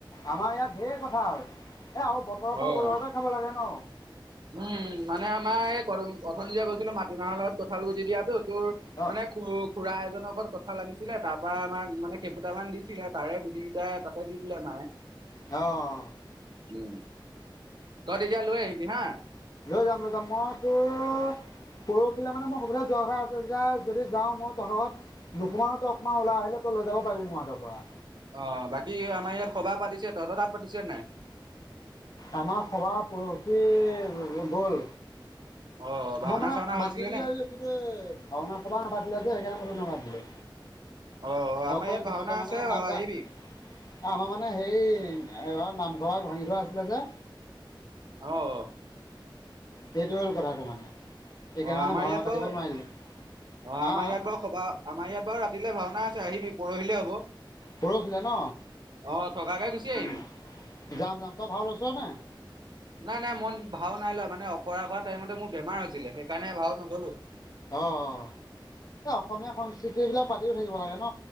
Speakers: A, on the left; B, on the right.
A: আমাৰ ইয়াত ধেৰ কঠাল। এ আৰু বতৰৰ ফল
B: অ
A: বতৰতে খাব লাগে ন।
B: উম, মানে আমাৰ এই অথনি যে কৈছিলোঁ মাটিমাহৰ লগত কঁঠাল গুটি দিয়াতো। তোৰ
A: অঁ
B: মানে খু-খুৰা এজন ঘৰত কঁঠাল আনিছিলে তাৰ পৰা আমাক মানে কেইফুতামান দিছিলে তাৰে গুটি কেইটা তাতে দি দিলে মায়ে।
A: অ'।
B: উম, তই তেতিয়া লৈ আহিবি হা।
A: লৈ যাম, লৈ যাম মই তোৰ পৰহিলে মানে মোৰ সৌফালে যোৱা কথা আছে যে, যদি যাওঁ মই তহঁতৰ ঘৰত নোসোমাওঁ তই অকণমাণ উলাই আহিলেই লৈ যাব পাৰিবি মোৰ হাতৰ পৰা।
B: অ', বাকী আমাৰ ইয়াত সবাহ পাতিছে, তহঁতৰ তাত পাতিছেনে নাই?
A: আমাৰ সবাহ পৰহি গ'ল।
B: অ', ভাওনা
A: মই মানে
B: চাওনা
A: মাতিম
B: হৈছিলে
A: বুলি
B: নে?
A: ভাবিছিলোঁ, কিন্তু এই ভাওঁনা, সবাহ নেপাতিলে যে, সেইকাৰণে মই তোক নামাতিলোঁ।
B: অ', অ আমাৰ
A: অকল
B: ইয়াত
A: দিনতে
B: ভাওনা
A: মানে
B: আছে
A: নাম
B: বাৰু
A: গায়,
B: আহিবি
A: আমাৰ মানে হেই এবাৰ নামঘৰ ভাগ ভাঙি থোৱা আছিলে যে
B: অ', অ'।
A: সেইটো হ'ল কথাটো মানে। সেইকাৰণে
B: অ',
A: মানে
B: আমাৰ
A: ভাওনা
B: ইয়াত
A: পাতিব
B: বাৰু,
A: নোৱাৰিলে
B: অ',
A: হা
B: আমাৰ ইয়াত বাৰু সবাহ আমাৰ ইয়াত বাৰু ৰাতিলে ভাওঁনা আ আহিবি, পৰহিলে হ'ব।
A: পৰহিলে ন?
B: অ', থকাকে গুচি
A: উম,
B: আহিবি।
A: যাম, যাম। তই ভাওঁ লৈছনে নাই?
B: নাই, নাই মই ভাওঁ নাই লোৱা, মানে অখৰা কৰা টাইমতে মোৰ বেমাৰ হৈছিলে, সেইকাৰণে ভাওঁ নললোঁ।
A: অ', এই অসমীয়া সংস্কৃতি বিলাক পাতিয়ো থাকিব লাগে ন?